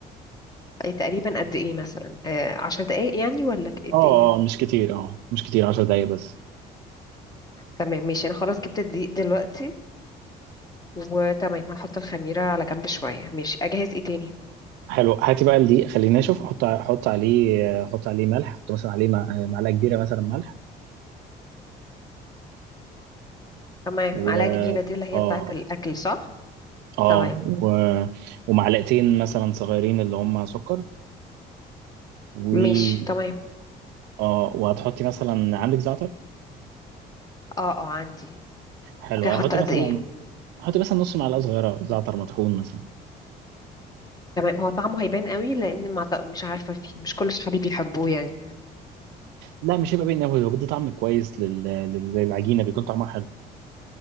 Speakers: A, on the left; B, on the right.
A: أي تقريبا قد ايه مثلا آه عشر دقايق يعني ولا قد
B: اه
A: ايه
B: اه مش كتير اه مش كتير 10 دقايق بس
A: تمام ماشي انا خلاص جبت الدقيق دلوقتي وتمام هحط الخميرة على جنب شوية ماشي اجهز ايه تاني
B: حلو هاتي بقى الدقيق خليه ناشف حط حط عليه حط عليه ملح حط مثلا عليه مع- معلقه كبيره مثلا ملح
A: تمام
B: و
A: معلقة كبيرة دي اللي هي
B: اه
A: بتاعة الاكل صح
B: اه
A: تمام
B: و... ومعلقتين مثلا صغيرين اللي هم سكر و
A: ماشي تمام
B: اه وهتحطي مثلا عندك زعتر
A: اه اه عندي
B: حلو
A: اوكي
B: هتحطي
A: هحط قد
B: مثلا
A: ايه
B: حطي مثلا نص معلقه صغيره زعتر مطحون مثلا
A: تمام هو طعمه هيبان قوي لان ما أعتق- مش عارفة فيه مش كل صحابي بيحبوه يعني
B: لا مش هيبقى باين قوي هو بيدي طعم كويس لل... لل- للعجينه بيكون طعمها حلو